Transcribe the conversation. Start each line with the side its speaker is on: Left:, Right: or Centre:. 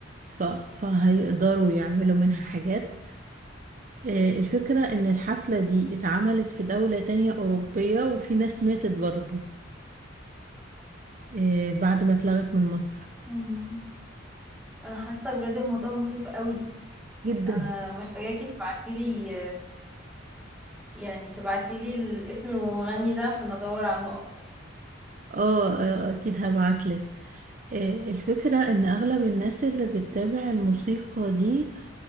Right: ف... فهيقدروا يعملوا منها حاجات آه، الفكرة ان الحفلة دي اتعملت في دولة تانية اوروبية وفي ناس ماتت برضو آه، بعد ما اتلغت من مصر
Centre: أمم. انا حاسه بجد الموضوع مخيف قوي
Right: جدا
Centre: انا محتاجاكي تبعتيلي يعني تبعتيلي الاسم المغني ده عشان ادور عنه اكتر
Right: اه آه، اكيد هبعتلك آه، الفكرة ان اغلب الناس اللي بتتابع الموسيقى دي